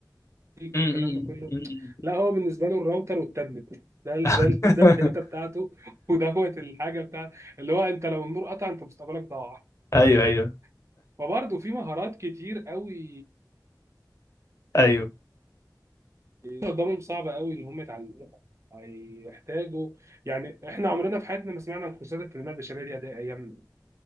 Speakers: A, on the right; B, on the left.
A: والكلام
B: مم. مم.
A: ده كله
B: مم.
A: لا هو بالنسبه له الراوتر والتابلت ده ال-
B: <laughs>
A: ده ال- ده الداتا بتاعته <laughs> ودوت الحاجه بتاع اللي هو انت لو النور قطع انت مستقبلك ضاع
B: ايوه ايوه
A: <laughs> وبرضه في مهارات كتير قوي
B: ايوه
A: قدامهم صعبة قوي ان هم يتعلموها هيحتاجوا يعني احنا عمرنا في حياتنا ما سمعنا عن كورسات التنميه البشريه دي اداء ايامنا